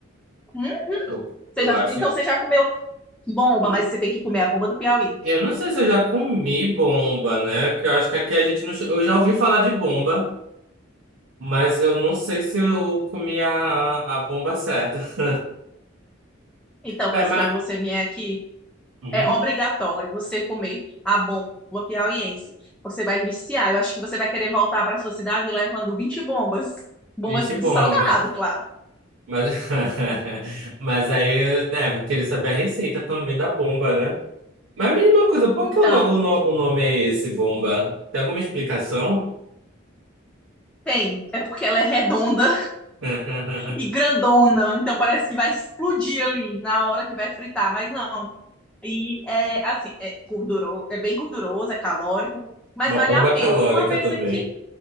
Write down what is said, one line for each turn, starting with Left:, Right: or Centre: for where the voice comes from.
Centre: Hum?
Right: Eu,
Centre: Você
Right: eu
Centre: já...
Right: acho.
Centre: Então você já comeu bomba,
Right: Hum,
Centre: mas você tem que comer a bomba do Piauí.
Right: Eu não sei se eu já comi bomba, né? Que eu acho que aqui a gente não. ch- Eu já ouvi falar de bomba, mas eu não sei se eu comi a, a bomba certa. <laughs>
Centre: Então,
Right: Pera,
Centre: pois
Right: mas.
Centre: quando você vier aqui,
Right: Uhum.
Centre: é obrigatório você comer a bomba piauiense. Você vai viciar. Eu acho que você vai querer voltar para sua cidade levando 20 bombas. Bombas
Right: Gente,
Centre: do
Right: bomba.
Centre: salgado, claro.
Right: Mas, <laughs> mas aí, né, vou querer saber a receita também da bomba, né? Mas me diz coisa, por
Centre: Então,
Right: que o, no- o no- o nome é esse, bomba? Tem alguma explicação?
Centre: tem. É porque ela é redonda
Right: <laughs>
Centre: e grandona, então parece que vai explodir ali na hora que vai fritar, mas não. E é assim, é gorduroso, é bem gorduroso, é calórico, mas
Right: Uma
Centre: vale
Right: bomba
Centre: a pena.
Right: calórica
Centre: Uma vez
Right: também.
Centre: aqui,